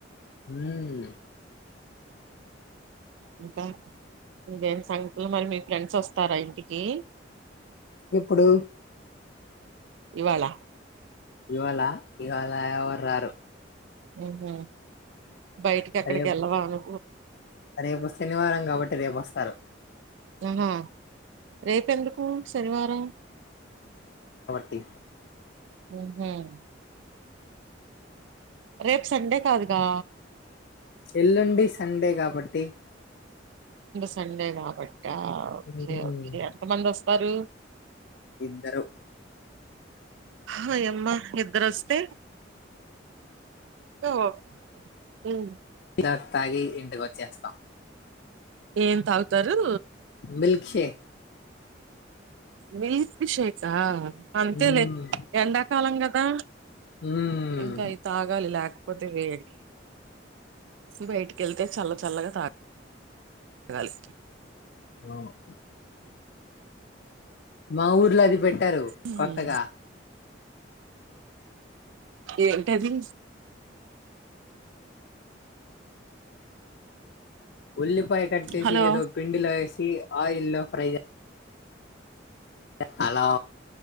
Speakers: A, on the left; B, on the right.
A: హ్మ్
B: ఇంకా, ఇంకేం సంగతులు మరి మీ ఫ్రెండ్స్ వస్తారా ఇంటికీ.
A: ఎప్పుడు
B: ఇవాళ
A: ఇవాళా, ఇవాళా ఎవర్ రారు.
B: ఊహూ బయటికి ఎక్కడికిళ్ళవాను
A: రేపు రేపు శనివారం కాబట్టి రేపుొస్తారు
B: ఆహా రేపుెందుకు శనివారం
A: టి
B: <unintelligible> రేపు సండే కాదుగా
A: ఎల్ండి సండే కాబట్టి
B: సండేగాబ ఓకే
A: హ్మ్
B: ఓకే ఎంత మంది వస్తారు
A: ఇద్దరుూ
B: హో అమ్మ ఇద్దరోస్తే కువొ ఉం
A: ఇదాక్ తాగి ఇంటికొచ్చేస్తాం
B: ఏం తాగుతారు
A: బిల్క్ షే
B: మిల్క్ షేక్ ఆ అంతే
A: హ్మ్
B: లే ఎండాకాలంగా ఆ
A: హ్మ్
B: ఇంకా అయి తాగాలి లాక్ పోతే వేడి బయటికెళ్తే చల్ల చల్లగా తాగ్ గాలి
A: అవును మా ఊర్లో అది పెట్టారు
B: హ్మ్.
A: కొత్తగా
B: ఏంటది
A: ఉల్లిపాయ కట్ చేసి
B: హలో
A: ఇడో పిండిలో ఎసి ఆయిల్ లో ఫ్రై చెస్ హలో